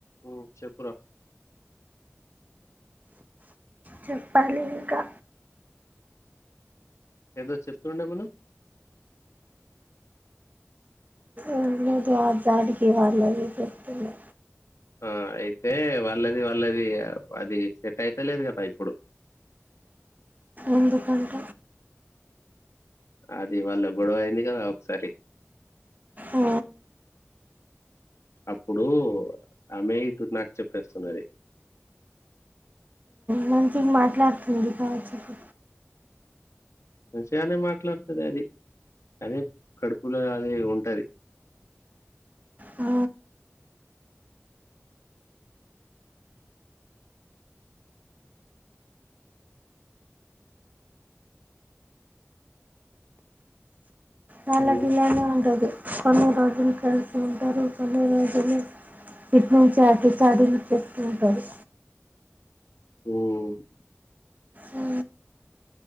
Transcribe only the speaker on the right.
చెప్పాలి ఇంకా
ఏం లేదు ఆ జాడికి వాళ్ళవి చెప్తున్నా
ఎందుకంట
ఆ,
మంచి గ మాట్లాడుతుంది గ చెప్పు
ఆ... వాళ్ళకి
ఇలానే ఉంటది కొన్ని రోజులు కలిసి ఉంటారు కొన్ని రోజులు ఇట్నుంచి అటు చాడీలు చెపుతుంటారు
ఆ,